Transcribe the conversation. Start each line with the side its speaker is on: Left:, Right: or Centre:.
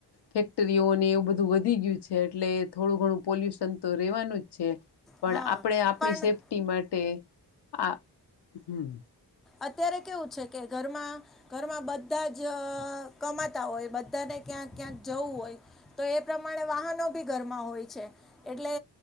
Left: ફેક્ટરીઓને એવું બધું વધી ગયું છે એટલે થોડું ઘણું પોલ્યુશન તો રહેેવાનું જ છે પણ
Centre: હા
Left: આપણે આપણી
Centre: પણ
Left: સેફ્ટી માટે આ હમ્મ
Centre: અત્યારે કેવું છે કે ઘરમાં ઘરમાં બધા જ કમાતા હોય બધાને ક્યાંક ક્યાંક જવું હોય તો એ પ્રમાણે વાહનો બી ઘરમાં હોય છે એટલે